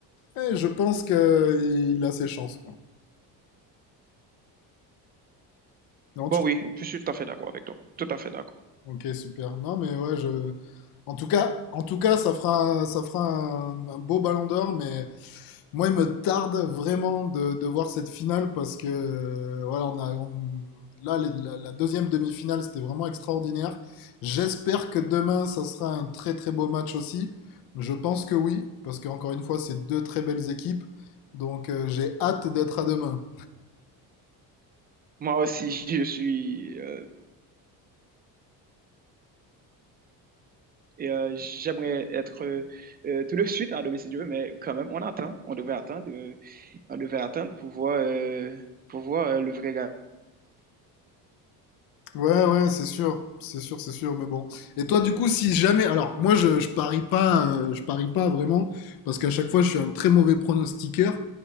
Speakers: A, on the left; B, on the right.
A: eh, je pense qu'il a ses chances, quoi. Non, tu
B: Bon oui, je suis tout à fait d'accord avec toi. Tout à fait d'accord.
A: Ok, super. Non, mais ouais, je. En tout cas, en tout cas, ça fera, ça fera un, un beau Ballon d'Or, mais moi, il me tarde vraiment de, de voir cette finale parce que euh, voilà, on a, on- là, les- la, la deuxième demi-finale, c'était vraiment extraordinaire. J'espère que demain, ça sera un très très beau match aussi. Je pense que oui, parce qu'encore une fois, c'est deux très belles équipes, donc euh, j'ai hâte d'être à demain.
B: Moi aussi, je suis euh, Et euh, j'aimerais être euh, euh, tout de suite à demain si Dieu veut, mais quand même, on attend. On devait attendre. euh, on devait attendre pour voir, euh, pour voir euh, le vrai gars.
A: Ouais, ouais, c'est sûr, c'est sûr, c'est sûr, mais bon. Et toi, du coup, si jamais, alors moi, je, je parie pas, euh, je parie pas vraiment, parce qu'à chaque fois, je suis un très mauvais pronostiqueur.